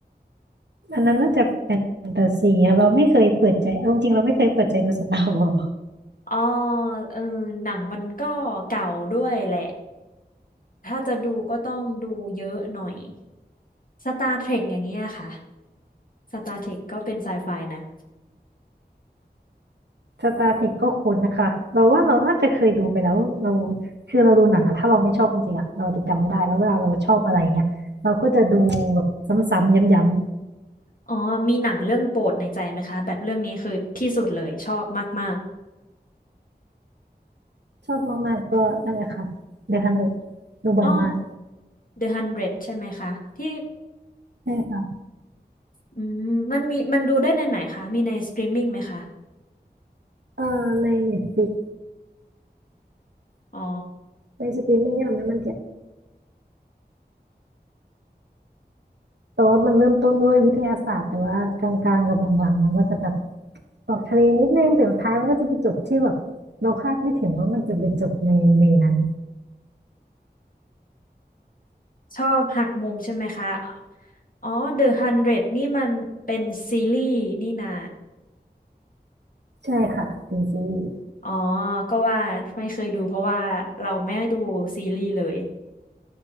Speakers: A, on the right; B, on the left.
A: อันนั้นน่าจะแฟนตาซีอะเราไม่เคยเปิดใจเอาจริงๆเราไม่เคยเปิดใจดูสตาร์วอ
B: อ๋อเออหนังมันก็เก่าด้วยแหละถ้าจะดูก็ต้องดูเยอะหน่อย Star Trek อย่างเงี้ยค่ะ Star Trek ก็เป็นไซไฟนะ
A: สตาร์เทคก็คุ้นนะคะเราว่าเราน่าจะเคยดูไปแล้วเราคือเราดูหนังอะถ้าเราไม่ชอบจริงๆอะเราจะจำไม่ได้แล้วเวลาเราชอบอะไรเงี้ยเราก็จะดูแบบซ้ำๆย้ำ
B: อ๋อมีหนังเรื่องโปรดในใจไหมคะแบบเรื่องนี้คือที่สุดเลยชอบมาก
A: ๆชอบมากๆก็นั่นแหละค่ะเดอะฮันเด
B: ๆอ๋อ
A: ดูบ่อยมาก
B: The ฮันเดร d ใช่ไหมคะที่
A: ใช่ค่ะ
B: อืมมันมีมันดูได้ในไหนคะมีในสตรีมมิ่งไหมคะ
A: เอ่อในเน็ตฟลิก
B: อ๋อ
A: ในสตรีมมิ่งเนี่ยเราไม่มั่นใจแต่ว่ามันเริ่มต้นด้วยวิทยาศาสตร์แต่ว่ากลางๆกับหลังๆมันก็จะแบบออกทะเลนิดนึงแต่สุดท้ายมันก็จะไปจบที่แบบเราคาดไม่ถึงว่ามันจะไปจบในเวนั้น
B: ชอบหักมุมใช่ไหมคะอ๋อ The Hundred นเดรดนี่มันเป็นซีรีส์นี่นา
A: ใช่ค่ะเป็นซีรีส์
B: อ๋อก็ว่าไม่เคยดูเพราะว่าเราไม่ได้ดูซีรีส์เลย